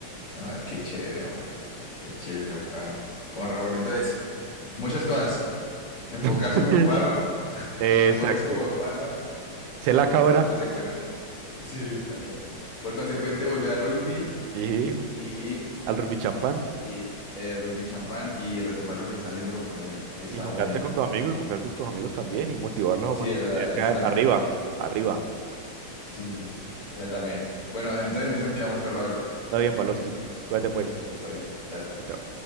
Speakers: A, on the left; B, on the right.
A: Ah, qué chévere, hombre. Qué chévere, el viejo Parra. Bueno, Raúl, entonces, muchas cosas. Enfocarse
B: <laughs>
A: como Parra, <laughs>
B: Exacto.
A: enfocarse como Parra,
B: Ser
A: por
B: la cabra
A: por consecuente. Sí, literalmente. Por consecuente, volver a rugby
B: y
A: y
B: al rugby champán
A: Y eh, rugby champán y retomar lo que estaba haciendo con Camilo, que estaba
B: y juntarse
A: muy bien.
B: con tus amigos y confiar con tus amigos también y motivarlos
A: Sí,
B: a mantenerse
A: ¿verdad? Esa
B: a-
A: también.
B: arriba, arriba.
A: Sí, sí. Esa también. Bueno, entonces en eso quedamos, pues, Raúl.
B: Está bien, Pavlovsky. Cuídate pues.
A: Listo, pues, está bien. Dale.
B: Chao.